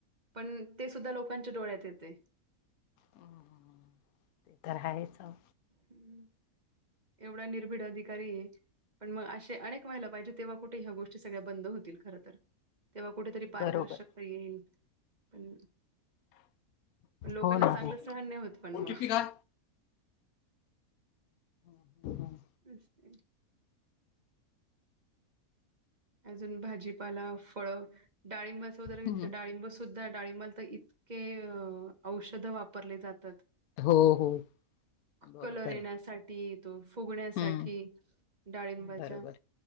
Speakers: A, on the right; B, on the left.
A: पण ते सुद्धा लोकांच्या डोळ्यात येते.
B: मम ते तर आहेच. अहो.
A: हम्म. एवढा निर्भीड अधिकारी आहे. पण मग असे अनेक व्हायला पाहिजे तेव्हा कुठे ह्या गोष्टी सगळ्या बंद होतील खर तर, तेव्हा कुठेतरी पारदर्शकता
B: बरोबर
A: येईल पण, लोकांना
B: हो ना
A: चांगलं
B: हो
A: सहन नाही होत पण
B: ओटीपी
A: मग.
B: काय हम ह ह..
A: <unintelligible> अजून भाजीपाला फळ डाळिंबाचा उदाहरण
B: हम्म,
A: घेतल तर डाळिंब सुद्धा डाळींबाला तर इतके औषध वापरले जातात.
B: हो हो बरोबर
A: कलर येण्यासाठी
B: आहे
A: त फुगण्यासाठी
B: हम्म
A: डाळिंबाच्या
B: बरोबर